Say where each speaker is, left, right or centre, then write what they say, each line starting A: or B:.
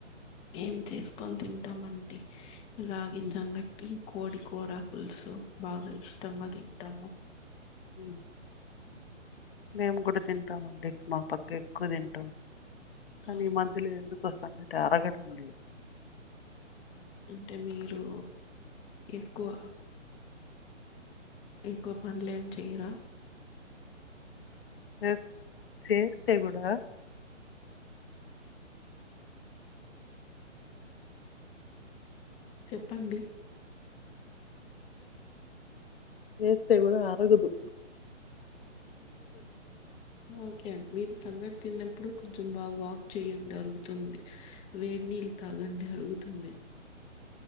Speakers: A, on the left (about 15°); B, on the left (about 50°).
A: ఏం చేసుకొని తింటామంటి రాగి
B: ఉమ్,
A: సంగటి కోడి కూర పులుసు బాగా ఇష్టంగా తింటాము
B: ఉ మేము కూడా తింటామండి మా పక్క ఎక్కువ తింటాం కానీ
A: అవును
B: ఈ మధ్యలో ఎందు కో సంగటి అరగడం లేదు
A: అంటే మీరు ఎక్కువ టే ఎక్కువ పనులే ఏం చెయరా
B: చెస్ చేస్తే గూడా
A: చెప్పండి
B: చేస్తే కూడా అరగుదు
A: ఓకే అండి మీరు సంగట్ తిన్నప్పుడు కొంచెం బాగా వాక్ చేయండి అరుగుతుంది, వేడి నీళ్ళు తాగండి అరుగుతుంది.